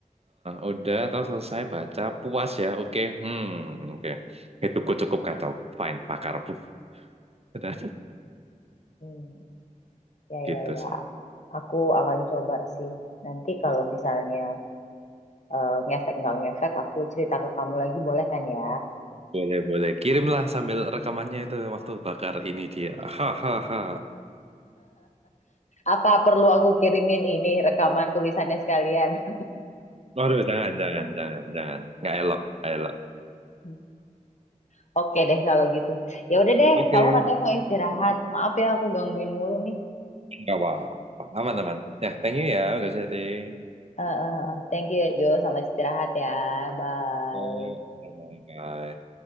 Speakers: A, on the right (about 45°); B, on the left (about 60°).
A: udah, toh selesai baca. Puas ya, oke. Hmm, oke. Itu cukup kacau. Fine, Bakar. <laughs> Udah,
B: Hmm. Ya
A: Gitu
B: ya ya.
A: sih.
B: Aku akan coba sih. Nanti kalau misalnya eh, ngefek nggak ngefek aku cerita ke kamu lagi boleh kan ya?
A: Boleh, boleh. Kirimlah sambil rekamannya itu waktu bakar ini dia. <laughs> Hahaha.
B: Apa perlu aku kirimin ini rekaman tulisannya sekalian?
A: Waduh, jangan, jangan, jangan, jangan. Nggak elok, nggak elok.
B: <laughs> Oke deh kalau gitu. Ya udah deh,
A: Oke,
B: kamu katanya mau istirahat. Maaf ya aku gangguin mulu nih.
A: nggak apa-apa. Aman, aman. Ya, thank you ya, udah sharing.
B: Eh, eh, eh. thank you ya Jo, selamat istirahat ya. Bye.
A: Eh, Bye-bye.